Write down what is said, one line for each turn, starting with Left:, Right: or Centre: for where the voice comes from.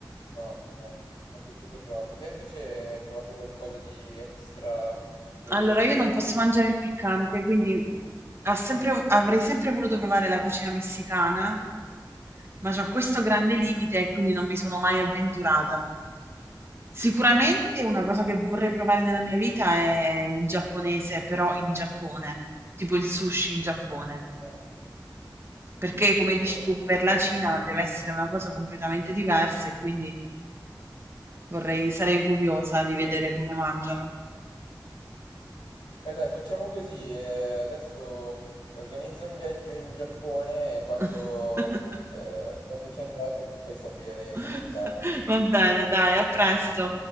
Left: No, no, mi è piaciuto proprio. Te invece hai provato qualcosa di extra europeo?
Right: allora io non posso mangiare il piccante, quindi ha sempre- avrei sempre voluto provare la cucina messicana, ma c'ho questo grande limite e quindi non mi sono mai avventurata. Sicuramente una cosa che vorrei provare nella mia vita è il giapponese, però in Giappone, tipo il sushi in Giappone,
Left: Eh,
Right: perché come
Left: qualcosa.
Right: dici tu, per la Cina
Left: un'altra.
Right: deve essere una cosa completamente diversa e quindi vorrei, sarei curiosa di
Left: Sì.
Right: vedere come mangiano.
Left: Beh, dai, facciamo così. eh, adesso organizza un viaggio in Giappone e quando,
Right: <laughs>
Left: eh, quando ci andrai poi mi fai sapere
Right: <laughs>
Left: com'è andata.
Right: Va bene, dai, a presto.